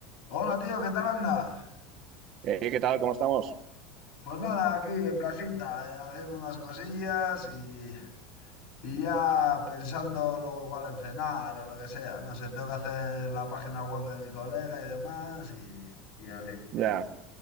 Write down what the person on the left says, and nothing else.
Hola tío, ¿qué tal andas?
Pues nada, aquí en casita, eh, haciendo unas cosillas y, y ya pensando luego igual en cenar o lo que sea. No sé, tengo que hacer la página web de mi colega y demás y, y así.